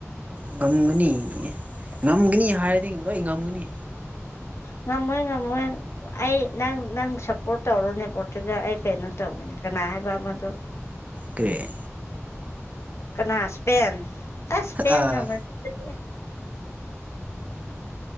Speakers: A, on the right; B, on the left.
A: ꯉꯝꯒꯅꯤ ꯉꯝꯒꯅꯤ ꯍꯥꯏꯔꯗꯤ ꯂꯣꯏ ꯉꯝꯒꯅꯤ
B: ꯉꯝꯃꯣꯏ ꯉꯝꯃꯣꯏ ꯑꯩ ꯅꯪ ꯅꯪ ꯁꯞꯄꯣꯔꯠ ꯇꯧꯔꯨꯅꯦ ꯄꯣꯠꯇꯨꯒꯜ ꯑꯩ ꯀꯩꯅꯣ ꯇꯧꯒꯦꯅꯦ ꯀꯅꯥ ꯍꯥꯏꯕ ꯑꯃꯗꯣ
A: ꯀꯩ
B: ꯀꯅꯥ ꯏꯁꯄꯦꯟ ꯑꯁ ꯏꯁꯄꯦꯟ
A: ꯑꯥ
B: ꯉꯝꯃꯗꯤ ꯑꯗꯨꯗꯤ